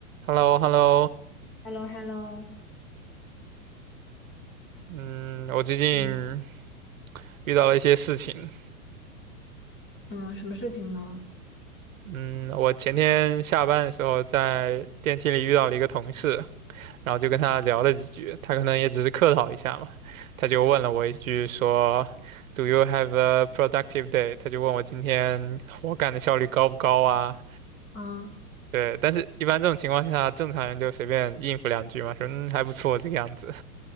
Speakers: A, on the right (about 60°); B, on the left (about 25°).
A: h e l l o h e l l o
B: h e l l o h e l l o
A: 嗯，我最近
B: 嗯
A: 遇到了一些事情。
B: 嗯，什么事情呢？
A: 嗯，我前天下班的时候在电梯里遇到了一个同事，然后就跟他聊了几句，他可能也只是客套一下嘛，他就问了我一句说，Do you have a productive day？他就问我今天活干的效率高不高啊？
B: 啊，
A: 对，但是一般这种情况下，正常人就随便应付两句嘛，说嗯还不错这个样子。